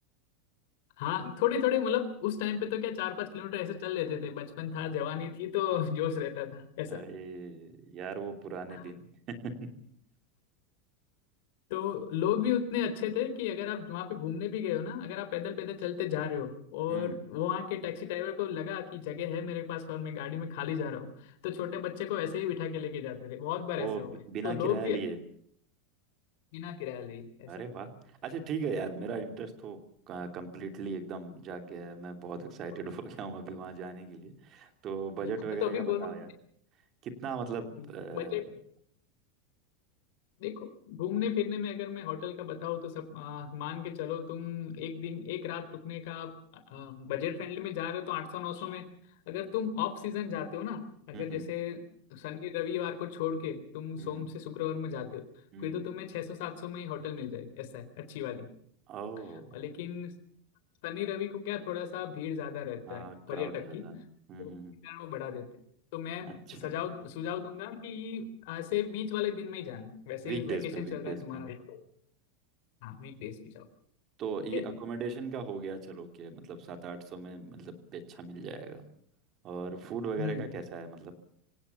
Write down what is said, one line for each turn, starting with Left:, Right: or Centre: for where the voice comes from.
Left: हाँ थोड़ी थोड़ी मतलब उस टाइम पे तो क्या चार पाँच किलोमीटर ऐसे चल लेते थे बचपन था जवानी थी तो <laughs> जोश रहता था ऐसा
Right: अरे यार वो पुराने
Left: हाँ,
Right: दिन <laughs>
Left: तो लोग भी उतने अच्छे थे कि अगर आप वहाँ पे घूमने भी गए हो ना अगर आप पैदल पैदल चलते जा रहे हो और
Right: हम्म
Left: वो वहाँ के टैक्सी ड्राइवर को लगा कि जगह है मेरे पास और मैं गाड़ी में खाली जा रहा हूँ तो छोटे बच्चे को ऐसे ही बिठा के लेके जाते थे बहुत बार
Right: वो
Left: ऐसा
Right: बि-
Left: हुआ है
Right: बिना
Left: तो लोग
Right: किराया
Left: भी
Right: लिए
Left: बिना किराया लिए ऐसा
Right: अरे वाह अच्छा ठीक है यार मेरा इंटरेस्ट तो कंप्लीटली एकदम जाग गया है मैं बहुत एक्साइटेड
Left: हाँ।
Right: हो गया हूँ अभी वहाँ जाने के लिए तो बजट
Left: ठीक है।
Right: वगैरह
Left: मैं तो अभी
Right: का
Left: बोल
Right: बताओ
Left: रहा
Right: यार कितना मतलब
Left: हूँ
Right: अ,
Left: बजट देखो घूमने
Right: हम्म
Left: फिरने में अगर मैं होटल का बताऊँ तो सब आ, मान के चलो तुम एक दिन एक रात रुकने का आप बजट फ्रेंडली में जा रहे हो तो आठ सौ नौ सौ में अगर तुम ऑफ सीजन जाते हो ना अगर
Right: हम्म
Left: जैसे शनि रविवार को छोड़ के तुम
Right: हम्म
Left: सोम से शुक्रवार में जाते हो
Right: हम्म।
Left: फिर तो तुम्हें छह सौ सात सौ में ही होटल मिल जाएगी ऐसा है अच्छी वाली
Right: ओह
Left: और लेकिन शनि रवि को क्या थोड़ा सा भीड़ ज्यादा रहता
Right: हाँ
Left: है पर्यटक
Right: क्राउड रहता
Left: की
Right: है हम्म
Left: तो
Right: हम्म
Left: उसके
Right: हम्म,
Left: कारण वो बढ़ा देते तो मैं
Right: अच्छा
Left: सजाव सुझाव दूंगा कि ऐसे बीच वाले दिन में ही जाना वैसे
Right: वीकडेज
Left: ही वेकेशन
Right: पे
Left: चल
Right: वीकडेज
Left: रहा है तुम्हारा
Right: पे
Left: तो हाँ वीकडेज पे जाओ
Right: तो
Left: ठीक
Right: ये
Left: है
Right: अकोमोडेशन का हो गया चलो कि मतलब सात आठ सौ में मतलब भी अच्छा मिल जाएगा और फूड वगैरह
Left: हम्म
Right: का कैसा है मतलब